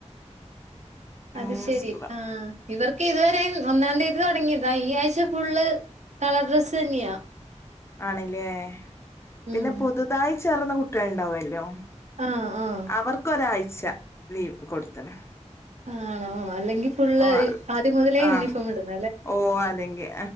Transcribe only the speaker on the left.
അങ്ങനെ
സ്കൂളാ
ആണല്ലേ പിന്നെ
പുതുതായി ചേർന്ന കുട്ടികൾ ഇണ്ടാവല്ലോ
അവർക്ക് ഒരാഴ്ച ലീവ് കൊടുത്ത്ണ്
ഓ
ആഹ്
ഓ അല്ലെങ്കിൽ